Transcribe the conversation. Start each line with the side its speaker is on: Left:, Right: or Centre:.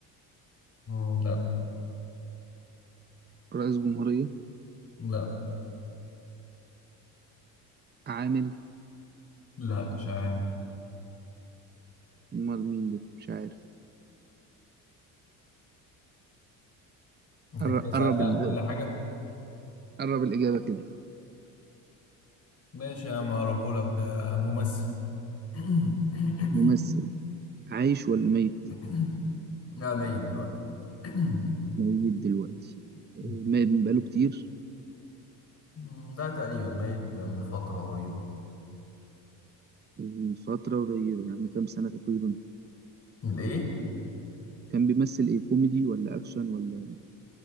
Left: مم، لا
Right: رئيس جمهورية
Left: لا
Right: عامل
Left: لا مش عام
Right: أمال مين ده مش عارف
Left: انت
Right: قر-
Left: كده سألت
Right: قرب
Left: عن
Right: ال...
Left: كل حاجة
Right: قرب الإجابة كده
Left: ماشي يا عم هقربهولك ده ممثل <clears throat>
Right: ممثل عايش ولا ميت
Left: <coughs> لا ميت دلوقتي <clears throat>
Right: ميت دلوقتي آه،
Left: <coughs>
Right: ميت بقاله كتير
Left: مم، ده تقريبا ميت من فترة قريبة
Right: من فترة قريبة يعني كام سنة تقريبا
Left: الإيه؟
Right: كان بيمثل إيه كوميدي ولا أكشن ولا